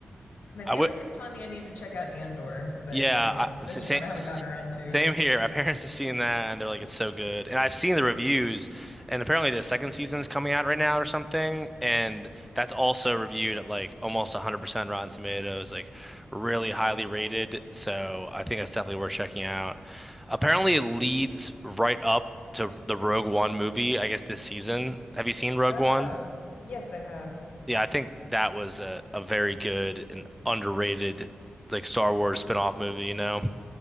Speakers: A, on the left; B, in the centre.
A: my
B: I
A: family keeps telling me I need to check out Andor, but
B: Yeah,
A: I that's
B: I, same,
A: just one I haven't gotten around to.
B: same here. <laughs> My parents have seen that and they're like, it's so good. And I've seen the reviews, and apparently the second season's coming out right now or something. And that's also reviewed at like almost 100% Rotten Tomatoes, like really highly rated. So I think that's definitely worth checking out. Apparently, it leads right up to the Rogue One movie, I guess this season. Have you seen Rogue
A: Oh,
B: One?
A: yes, I have.
B: Yeah, I think that was a, a very good and underrated like Star Wars spin-off movie, you know?